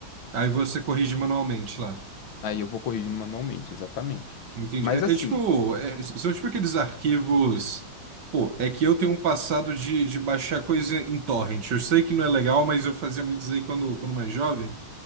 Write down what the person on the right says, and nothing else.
Aí você corrige manualmente lá.
Entendi.
É,
é tipo, é, são tipo aqueles arquivos. Pô, é que eu tenho um passado de, de baixar coisa em torrent. Eu sei que não é legal, mas eu fazia muito isso aí quando, quando mais jovem.